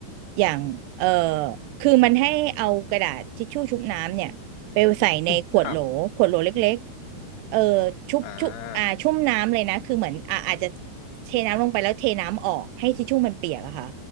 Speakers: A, on the right; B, on the left.
A: อย่างเอ่อคือมันให้เอากระดาษทิชชู่ชุบน้ำเนี่ยไปใส่ในขวดโหลขวดโหลเล็กๆเออ
B: <coughs> ครับ
A: ชุบชุบอ่าชุ่มน้ำเลยนะคือเหมือนอ่าอาจจะ
B: อ่า
A: เทน้ำลงไปแล้วเทน้ำออกให้ทิชชู่มันเปียกอะค่ะ